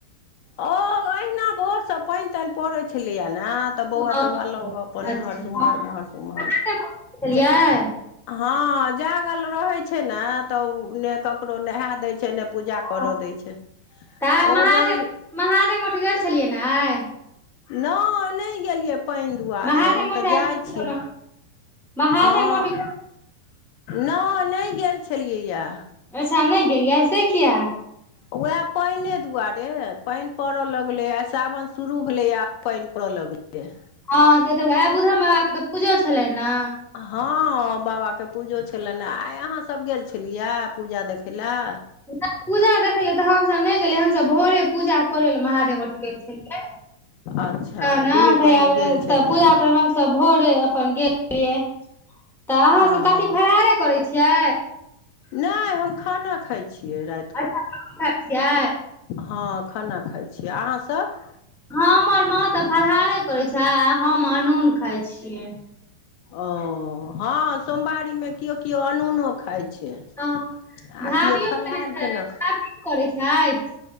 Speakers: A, on the left; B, in the centre.
A: औ अहिना भोर से पैन-तैन पड़ै छलै यै नै। तऽ बौआ-तौआ
B: हँ
A: लऽ कऽ अपन
B: अच्छा
A: इम्हर
B: अहाँ
A: से उम्हर उम्हर-उम्हर
B: नहि बजै छलियै
A: जाय हाॅं जागल रहै छै नै तऽ उ उ नै ककरो नहाए दै छै नै पूजा करऽ
B: हँ
A: दै छै ओ
B: तऽ महादेव
A: जहन
B: महादेव ओठह गेल छलियै नै आय?
A: नै-नै गेलियै पैन दुआरे
B: महादेव
A: हम
B: मठ
A: तऽ
B: आ
A: जाय
B: गेल
A: छियै।
B: महादेव
A: हाॅं
B: मठ
A: न नै गेल छलिए यै।
B: अच्छा नहि गेलियै से किआ।
A: उएह पइने दुआरे पइन पड़ऽ लगलै आ सावन शुरू भेलै ये। पइन पड़ै लगलै।
B: हाॅं से त बुधा बाबा के तऽ पुजो छलै ने
A: हाॅं बाबाके पूजो छलनि हाॅं आइ अहाँसभ गेल छलियै पूजा देखय लए।
B: नहि पूजा देखै ल तऽ हमसभ नहि गेलियै हमसभ भोरे पूजा करै लए महादेव उठाह गेल छलियै। हाॅं
A: अच्छा
B: न
A: दुनू
B: त
A: बहिन
B: तऽ आबे
A: गेल छलियै
B: तऽ पूजा करै हम सब भोरे अपन गेलियै तऽ अहाँ
A: ओ
B: सब कथी फलहारे करै छियै।
A: नहि हम खाना खाइ छियै राति
B: अच्छा खाना खाय छियै।
A: हाॅं खाना खाइ छियै। अहाँसभ?
B: हमर माँ तऽ फलहारे करैत छै हम अनून खाइ छियै।
A: ओ हँ सोमवारीमे केओ केओ अनूनो खाइ छै।
B: हँ
A: आ
B: भाभियो
A: केओ फलाहार
B: करैत छै?
A: केलक
B: भाभितो करैत छथि?